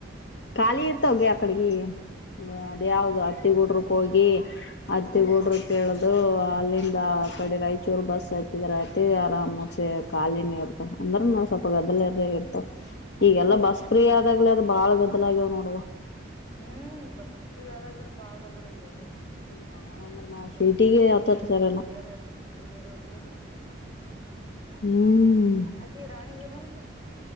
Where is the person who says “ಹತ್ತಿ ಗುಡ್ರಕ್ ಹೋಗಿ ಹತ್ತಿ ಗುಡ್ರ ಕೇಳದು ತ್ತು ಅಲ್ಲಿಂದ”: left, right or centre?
Left